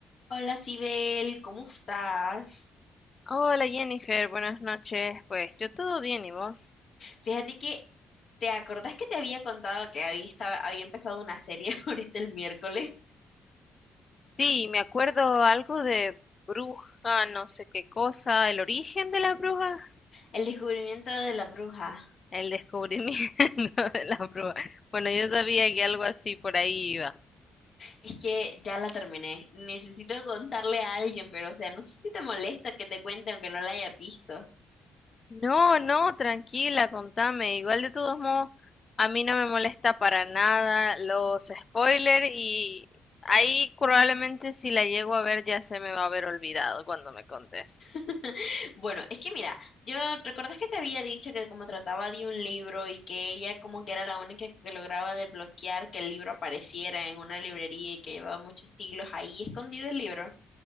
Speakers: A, on the left (about 60°); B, on the left (about 40°).
A: Hola, Sibel, ¿cómo estás?
B: Hola Jennifer, buenas noches. Pues yo todo bien, ¿y vos?
A: Fíjate que, ¿te acordás que te había contado que había, estaba- había empezado una serie <laughs> ahorita el miércoles?
B: Sí, me acuerdo algo de bruja, no sé qué cosa, el origen de la bruja,
A: El descubrimiento de la bruja.
B: el descubrimiento <laughs> de la bruja. Bueno, yo sabía que algo así por ahí iba.
A: Es que ya la terminé. Necesito contarle a alguien, pero o sea, no sé si te molesta que te cuente aunque no la haya visto.
B: No, no, tranquila, contame. Igual de todos modos, a mí no me molesta para nada los spoilers y ahí probablemente si la llego a ver ya se me va a haber olvidado cuando me contes.
A: <laughs> Bueno, es que mira, yo recordás que te había dicho que como trataba de un libro y que ella como que era la única que, que lograba desbloquear que el libro apareciera en una librería y que llevaba muchos siglos ahí escondido el libro.